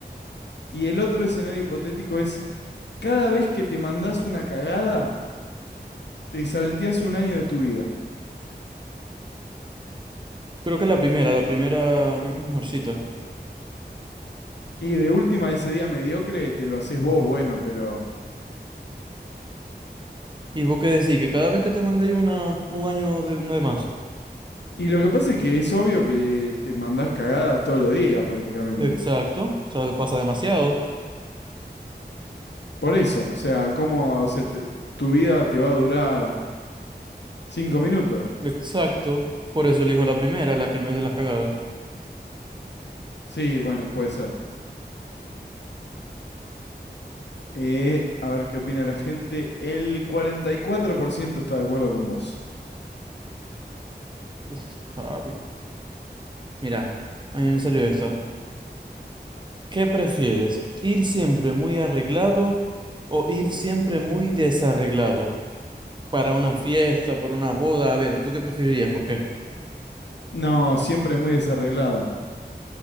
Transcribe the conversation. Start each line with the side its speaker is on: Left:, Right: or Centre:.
Left: y el otro escenario hipotético es cada vez que te mandás una cagada te salteás un año de tu vida.
Right: Creo que la primera, la primera creo que es mejorcita.
Left: Y de última ese día mediocre te lo haces vos, bueno, pero
Right: ¿Y vos qué decís? Que cada vez que te mandé una, un año de, no de más.
Left: Y lo que pasa es que es obvio que te mandás cagadas todos los días prácticamente.
Right: Exacto. O sea, pasa demasiado.
Left: Por eso, o sea, ¿cómo, o sea, te- tu vida te va a durar cinco minutos?
Right: Exacto. Por eso elijo la primera, la que no es de las cagadas.
Left: Sí, bueno, puede ser. Eh, a ver qué opina la gente. El 44% está de acuerdo con vos.
Right: Uf, papi. Mira, a mí me salió esta. ¿Qué prefieres? ¿Ir siempre muy arreglado o ir siempre muy desarreglado? Para una fiesta, para una boda. A ver, ¿tú qué preferirías? ¿Por qué?
Left: No, siempre muy desarreglado.